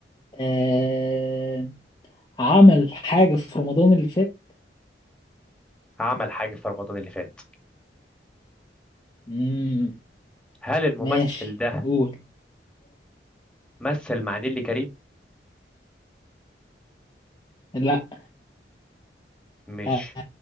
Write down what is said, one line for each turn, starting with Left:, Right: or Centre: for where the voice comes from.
Left: آه عمل حاجة في رمضان اللي فات
Centre: عمل حاجة في رمضان اللي فات
Left: مم.
Centre: هل الممثل
Left: ماشي
Centre: ده
Left: قول
Centre: مثل مع نيللي كريم؟
Left: لا
Centre: مش
Left: آه